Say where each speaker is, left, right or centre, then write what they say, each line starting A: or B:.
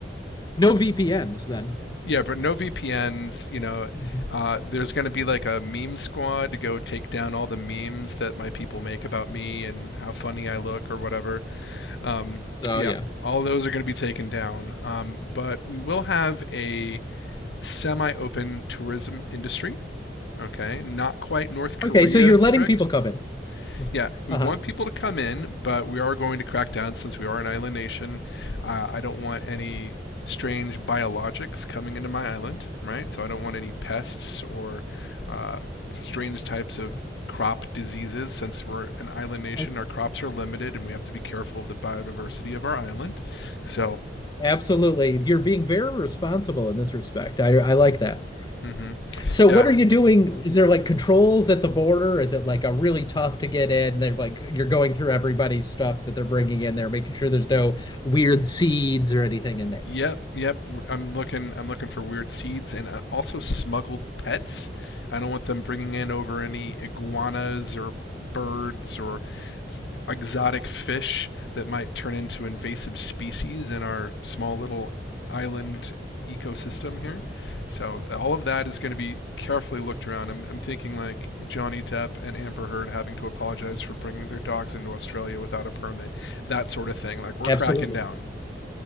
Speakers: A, on the left; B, on the left.
A: no VPNs then.
B: Yeah, but no VPNs. You know,
A: Mhm.
B: uh, there's going to be like a meme squad to go take down all the memes that my people make about me and how funny I look or whatever. Um,
A: So
B: yeah,
A: yeah.
B: all those are going to be taken down. Um, but we will have a semi-open tourism industry. Okay, not quite North Korea
A: Okay, so you're
B: strict,
A: letting people come in.
B: yeah, we
A: Uh-huh.
B: want people to come in, but we are going to crack down since we are an island nation. Uh, I don't want any strange biologics coming into my island, right? So I don't want any pests or uh, strange types of crop diseases. Since we're an island nation,
A: Uh,
B: our crops are limited and we have to be careful of the biodiversity of our island. So,
A: Absolutely. You're being very responsible in this respect. I I like that.
B: mhm.
A: So
B: yeah,
A: what are you doing? Is there like controls at the border? Is it like a really tough to get in? They're like you're going through everybody's stuff that they're bringing in there, making sure there's no weird seeds or anything in there.
B: Yep, yep. I'm looking. I'm looking for weird seeds and uh, also smuggled pets. I don't want them bringing in over any iguanas or birds or f- exotic fish that might turn into invasive species in our small little island ecosystem here. So uh, all of that is going to be carefully looked around. I'm, I'm thinking like Johnny Depp and Amber Heard having to apologize for bringing their dogs into Australia without a permit, that sort of thing. Like we're
A: Absolutely.
B: cracking down.